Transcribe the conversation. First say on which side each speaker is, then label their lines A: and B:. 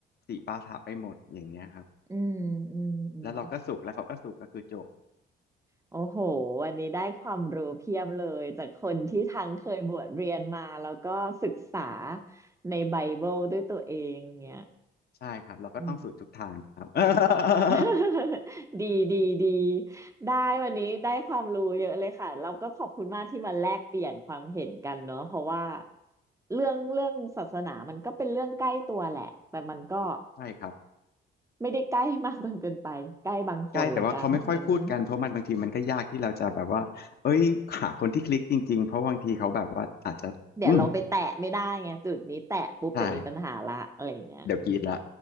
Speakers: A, on the left (about 55°); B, on the right (about 15°).
A: สิปาถะไปหมดอย่างเนี้ยครับ
B: อืมอืมอืม
A: แล้วเราก็สุกแล้วเขาก็สุกก็คือจบ
B: โอ้โหวันนี้ได้ความรู้เพียบเลยจากคนที่ทั้งเคยบวชเรียนมาแล้วก็ศึกษาในไบเบิลด้วยตัวเองเนี่ย
A: ใช่ครับเราก็ต้องสูดทุกทางนะครับ
B: อืม
A: <laughs>
B: <laughs> ดีดีดีได้วันนี้ได้ความรู้เยอะเลยค่ะเราก็ขอบคุณมากที่มาแลกเปลี่ยนความเห็นกันเนอะเพราะว่าเรื่องเรื่องศาสนามันก็เป็นเรื่องใกล้ตัวแหละแต่มันก็
A: ใช่ครับ
B: ไม่ได้ใกล้มากจนเกินไปใกล้บางคนละกันอืม
A: ใช่แต่ว่าเขาไม่ค่อยพูดกันเพราะมันบางทีมันก็ยากที่เราจะแบบว่าเอ้ยหาคนที่คลิกจริงๆเพราะบางทีเขาแบบว่าอาจจะอืม
B: เดี๋ยวเราไปแตะไม่ได้ไงจุดนี้แตะปุ๊บเดี๋ยวมีปัญหาละอะไรอย่างเงี้ยอืม
A: ใช่เดี๋ยวกรีดละ